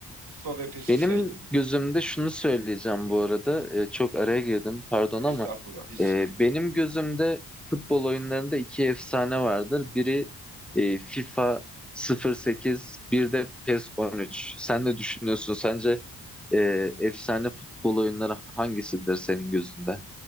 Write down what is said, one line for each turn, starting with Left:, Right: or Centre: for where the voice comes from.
Right: FIFA ve PES'i
Centre: Benim
Right: sayayım.
Centre: gözümde şunu söyleyeceğim bu arada. Ee, çok araya girdim pardon
Right: Estağfurullah
Centre: ama
Right: hiç
Centre: e,
Right: sıkıntı
Centre: benim
Right: yok.
Centre: gözümde futbol oyunlarında iki efsane vardır. Biri e, FIFA 08, bir de PES on üç. Sen ne düşünüyorsun? Sence e, efsane futbol oyunları hangisidir senin gözünde?